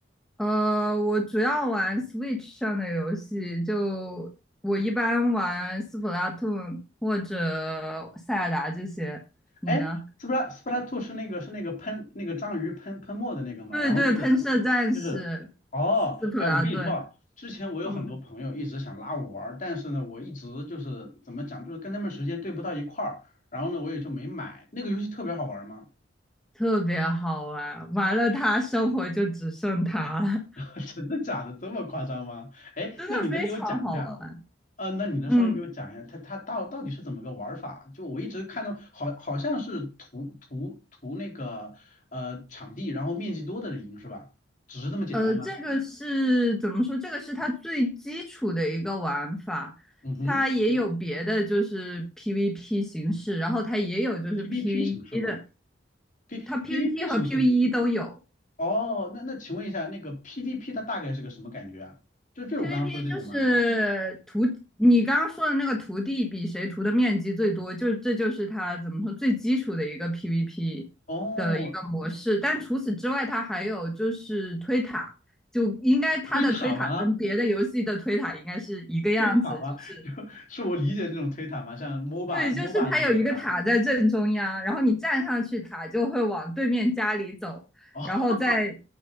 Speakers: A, in the centre; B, on the left.
A: 呃，我主要玩 Switch 上的游戏，就我一般玩斯普拉 a 或者塞尔达这些。你呢？
B: 哎 s s p t 斯普拉斯 Two 是那个是那个喷那个章鱼喷喷墨的那个嘛？
A: 对对，
B: 然后就是
A: 喷射战士、
B: 就是哦，
A: 斯普拉顿。
B: 哎，我跟你说啊，之前我有很多朋友一直想拉我玩儿但是呢，
A: 嗯。
B: 我一直就是怎么讲，就是跟他们时间对不到一块儿，然后呢，我也就没买。那个游戏特别好玩儿吗？
A: 特别好玩，玩了它，生活就只剩它了，
B: <laughs> 真的假的？这么夸张吗？
A: <laughs>
B: 哎，
A: 真的非常好玩。
B: 那你能给我讲一下？呃，那你能稍微给我讲一下，
A: 嗯，
B: 它它到到底是怎么个玩法？就我一直看到好好像是图图图那个呃场地，然后面积多的人赢是吧？只是这么简单吗？
A: 呃，这个是怎么说？这个是它最基础的一个玩法，
B: 嗯哼
A: 它也有别的，就是 PVP 形式，然后它也有就是
B: ，PVP
A: PVE
B: 形式吗
A: 的，
B: ？P
A: 它 PVP
B: PVP 形式？
A: 和 PVE 都有。
B: 哦，那那请问一下，那个 PVP 它大概是个什么感觉啊？就就是我刚刚说的这种吗？
A: PVP 就是图，你刚刚说的那个图地比谁图的面积最多，就这就是它怎么说最基础的一个 PVP
B: 哦，
A: 的一个模式。但除此之外，它还有就是推塔，就应该它的推塔跟别的游戏的推塔应该是一个样子，
B: 推塔吗？推塔吗？
A: 就是
B: <laughs> 就是我理解的那种推塔吗？像 MOBA
A: 对，
B: MOBA
A: 就是它有一个塔在正中央，
B: 之类的吗？
A: 然后你站上去，塔就会往对面家里走，
B: 哦，
A: 然后再